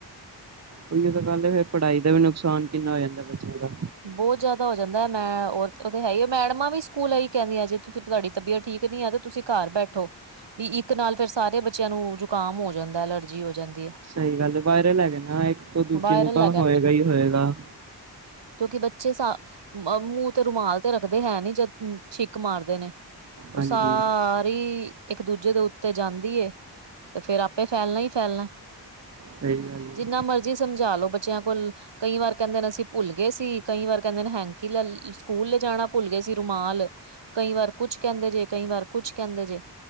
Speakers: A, on the right; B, on the right.
A: ਉਹੀ ਤਾਂ ਗੱਲ ਏ ਫੇਰ ਪੜਾਈ ਦਾ ਵੀ ਨੁਕਸਾਨ ਕਿੰਨਾ ਹੋ ਜਾਂਦਾ ਬੱਚਿਆਂ ਦਾ।
B: ਬੋਤ ਜ਼ਦਾ ਹੋ ਜਾਂਦਾ ਹੁਨਾ ਏ ਓ ਤਾਂ ਹੈ ਹੀ ਮੈਡਮਾਂ ਵੀ ਸਕੂਲ ਏ ਈ ਕਹਿੰਦੀ ਆ ਜੇ ਤੁਸੀਂ ਤੁਹਾਡੀ ਤਬੀਅਤ ਠੀਕ ਨੀ ਹੈ ਤੇ ਤੁਸੀਂ ਘਰ ਬੈਠੋ। ਵੀ ਇੱਕ ਨਾਲ ਫੇਰ ਸਾਰੇ ਬੱਚਿਆਂ ਨੂੰ ਜੁਕਾਮ ਹੋ ਜਾਂਦਾ ਐ, ਐਲਰਜੀ ਹੋ ਜਾਂਦੀ ਐ।
A: ਸਹੀ ਗੱਲ ਏ, ਵਾਇਰਲ ਹੈਗਾ ਨਾ, ਇੱਕ ਤੋਂ ਦੂਜੇ
B: ਵਾਇਰਲ
A: ਨੂੰ ਤਾਂ ਹੋਏਗਾ ਹੀ ਹੋਏਗਾ।
B: ਕਿਉਕਿ ਬੱਚੇ ਸਾ, ਮੂੰਹ ਤੇ ਰੁਮਾਲ ਤੇ ਰੱਖਦੇ ਹੈ ਨੀ, ਜਦ ਛਿੱਕ ਮਾਰਦੇ ਨੇ। ਉਹ
A: ਹਾਂਜੀ
B: ਸਾਰ ਰੀ ਇੱਕ ਦੂਜੇ ਦੇ ਉੱਤੇ ਜਾਂਦੀ ਐ, ਤੇ ਫੇਰ ਆਪੇ ਫੈਲਣਾ ਹੀ ਫੈਲਣਾ ਐ।
A: ਸਹੀ ਗੱਲ ਹੈ
B: ਜਿੰਨਾ ਮਰਜ਼ੀ ਸਮਝਾਲੋ ਬੱਚਿਆਂ ਕੋਲ, ਕਈ ਵਾਰ ਕਹਿੰਦੇ ਨਾ ਅਸੀਂ ਭੁੱਲ ਗਏ ਸੀ। ਕਈ ਵਾਰ ਕਹਿੰਦੇ ਨੇ ਹੈਂਕੀ ਲੈ ਸਕੂਲ ਲਿਜਾਣਾ ਭੁੱਲ ਗਏ ਸੀ ਰੁਮਾਲ। ਕਈ ਵਾਰ ਕੁਛ ਕਹਿੰਦੇ ਜੇ, ਕਈ ਵਾਰ ਕੁਛ ਕਹਿੰਦੇ ਜੇ,